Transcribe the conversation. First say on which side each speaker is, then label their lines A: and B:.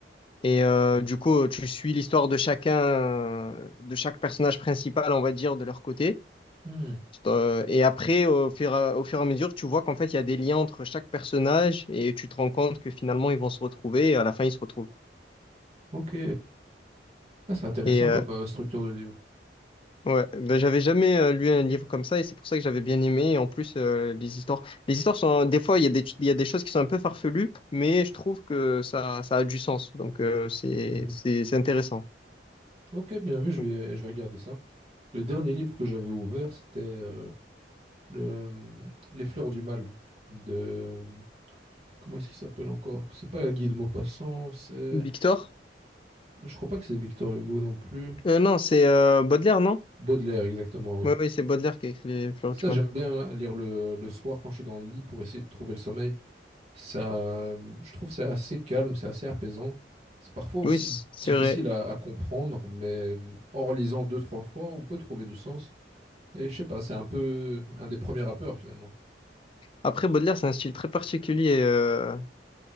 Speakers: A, on the left (about 30°); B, on the right (about 35°).
A: Et euh, du coup, tu suis l'histoire de chacun, euh, de chaque personnage principal, on va dire, de leur côté.
B: Hmm.
A: Euh, et après, au fur, à- au fur et à mesure, tu vois qu'en fait, il y a des liens entre chaque personnage et tu te rends compte que finalement, ils vont se retrouver et à la fin, ils se retrouvent.
B: Ok. Ah, c'est intéressant
A: Et, euh,
B: comme euh, structure de livre.
A: Ouais, ben, j'avais jamais euh, lu un livre comme ça et c'est pour ça que j'avais bien aimé. Et en plus, euh, les histoires, les histoires sont des fois il y a des il y a des choses qui sont un peu farfelues, mais je trouve que ça ça a du sens. Donc euh, c'est
B: Mhm.
A: c'est c'est intéressant.
B: Ok, bien vu, je
A: Ouais.
B: vais, je vais regarder ça. Le dernier livre que j'avais ouvert, c'était euh, le, mm, Les fleurs du mal de Comment est-ce qu'il s'appelle encore? C'est pas Guy de Maupassant, c'est.
A: Victor?
B: Je crois pas que c'est Victor Hugo non plus.
A: Euh, non, c'est euh, Baudelaire, non?
B: Baudelaire, exactement, oui.
A: Oui, oui, c'est Baudelaire qui a écrit les Fleurs
B: Ça,
A: du Mal.
B: j'aime bien lire le, le soir quand je suis dans le lit pour essayer de trouver le sommeil. Ça, euh, je trouve que c'est assez calme, c'est assez apaisant. C'est parfois aussi
A: Oui, c- c'est
B: difficile
A: vrai.
B: à, à comprendre, mais euh, en relisant deux, trois fois, on peut trouver du sens. Et je sais pas, c'est un peu un des premiers rappeurs finalement.
A: Après, Baudelaire, c'est un style très particulier. euh,